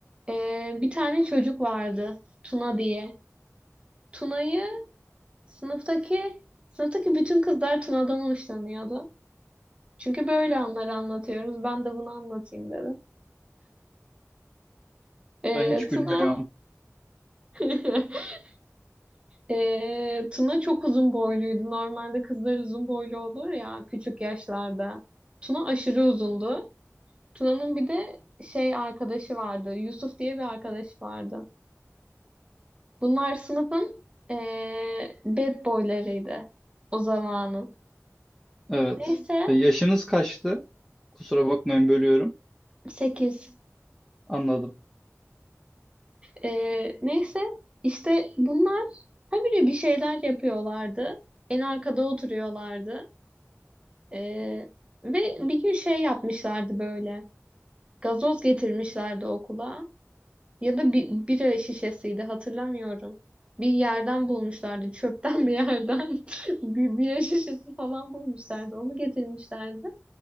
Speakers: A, on the right; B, in the centre.
A: ee, bir tane çocuk vardı Tuna diye. Tuna'yı sınıftaki sınıftaki bütün kızlar Tuna'dan hoşlanıyordu. Çünkü böyle anları anlatıyoruz. Ben de bunu anlatayım dedim. Ee,
B: Ben hiç
A: Tuna
B: gülmüyorum.
A: <laughs> Ee, Tuna çok uzun boyluydu. Normalde kızlar uzun boylu olur ya küçük yaşlarda. Tuna aşırı uzundu. Tuna'nın bir de şey arkadaşı vardı. Yusuf diye bir arkadaşı vardı. Bunlar sınıfın ee, bad boylarıydı o zamanın.
B: Evet.
A: Neyse
B: E, yaşınız kaçtı? Kusura bakmayın bölüyorum.
A: 8.
B: Anladım.
A: Ee, neyse işte bunlar habire bir şeyler yapıyorlardı. En arkada oturuyorlardı. Ee, ve bir gün şey yapmışlardı böyle. Gazoz getirmişlerdi okula. Ya da bir bira şişesiydi hatırlamıyorum. Bir yerden bulmuşlardı. <laughs> Çöpten bir yerden. <laughs> Bir bira şişesi falan bulmuşlardı. Onu getirmişlerdi.